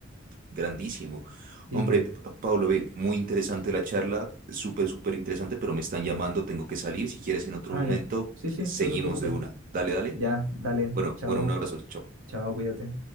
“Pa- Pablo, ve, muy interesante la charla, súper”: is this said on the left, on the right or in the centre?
Right